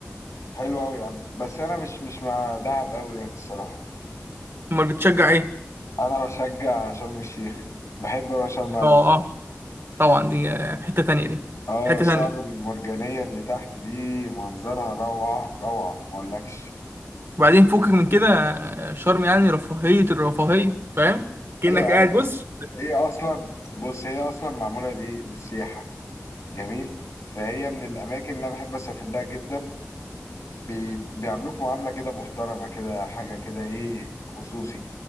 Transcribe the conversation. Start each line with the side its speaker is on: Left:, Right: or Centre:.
Left: حلو قوي يا عم بس انا مش مش مع دهب قوي يعني الصراحه
Right: امال بتشجع ايه
Left: انا بشجع شرم الشيخ بحب اروح شرم قوي
Right: اه اه طبعا دي آه، حتة تانية دي
Left: اه
Right: حتة
Left: الشعب
Right: تانية
Left: المرجانيه اللي تحت دي منظرها روعه روعه ما اقولكش
Right: وبعدين فوقك من كده آه، شرم يعني رفاهية الرفاهية فاهم كأنك
Left: ايوه يا عم
Right: قاعد
Left: ايه
Right: بص
Left: ايه اصلا بص هي اصلا معموله لايه للسياحه جميل فهي من الاماكن اللي انا بحب اسافر لها جدا بي... بيعاملوك معامله كده محترمه كده حاجه كده ايه خصوصي